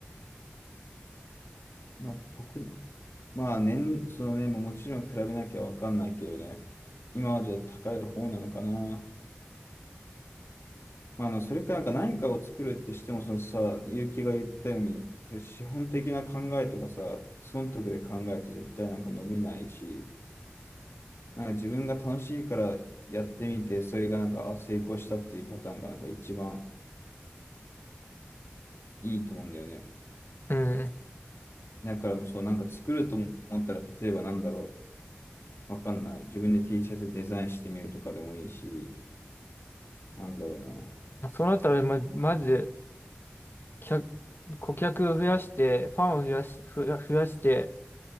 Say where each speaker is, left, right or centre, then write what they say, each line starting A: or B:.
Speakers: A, on the left; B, on the left.
A: まあ、僕、まあ、年、そのね、まあもちろん比べなきゃわかんないけどね。今はじゃあ高い方なのかな。まあ、あの、それかなんか何かを作るってしても、そのさ、結城が言ったように、そういう資本的な考えとかさ、損得で考えると絶対なんか伸びないし、なんか自分が楽しいからやってみて、それがなんか、あ、成功したっていうパターンがなんか一番いいと思うんだよね。
B: うん。
A: だからもうそう、なんか作ると思ったら、例えばなんだろう、わかんない。自分で T シャツデザインしてみるとかでもいいし、なんだろうな。
B: そうなったら、ま、まず、客、顧客を増やして、ファンを増やし、増や、増やして、